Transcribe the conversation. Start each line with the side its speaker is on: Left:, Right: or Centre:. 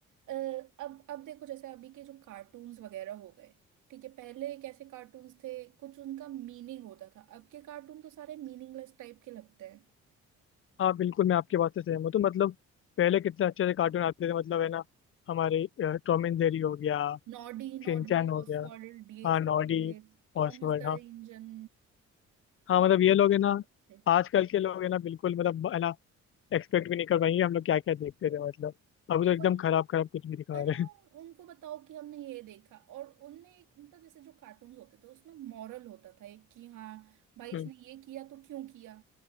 Right: अ, अब अब देखो जैसे अभी के जो कार्टून्स वगैरह हो गए ठीक है पहले कैसे कार्टून्स थे कुछ उनका मीनिंग होता था अब के कार्टून तो सारे मीनिंगलेस टाइप के लगते हैं
Left: हाँ बिल्कुल मैं आपकी बात से सहमत हूँ तो मतलब पहले कितने अच्छे से कार्टून आते थे मतलब है ना हमारे अ, टॉम एंड जेरी हो गया
Right: नॉडी नॉडी
Left: शिनचैन हो
Right: ऑसवर्ल्ड
Left: गया
Right: ये
Left: हाँ
Right: सब
Left: नॉडी
Right: चीजें थॉमस
Left: ऑसवर्ड
Right: द
Left: हाँ
Right: इंजन कितने
Left: हाँ मतलब ये लोग है ना
Right: आर्टिस्ट थे
Left: आजकल के लोग है ना बिल्कुल मतलब है ना एक्सपेक्ट भी नहीं कर पाएंगे हम लोग क्या क्या देखते थे मतलब अभी तो एकदम
Right: वही
Left: खराब खराब कुछ भी दिखा
Right: अरे
Left: रहे
Right: वो
Left: हैं
Right: उनको बताओ कि हमने ये देखा और उनमें एक मतलब जैसे जो कार्टून्स होते थे उसमें मॉरल होता था एक कि हाँ भाई इसने
Left: हम्म
Right: ये किया तो क्यों किया